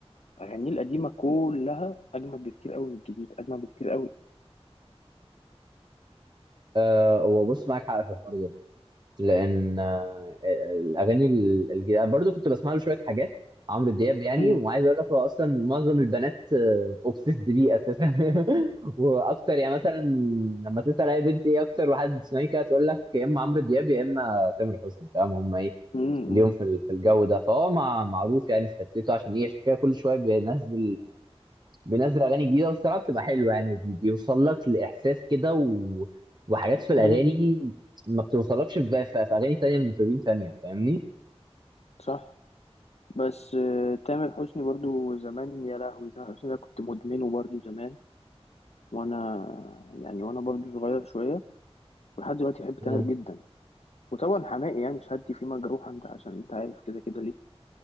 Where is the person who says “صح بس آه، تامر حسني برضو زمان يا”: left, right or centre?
Left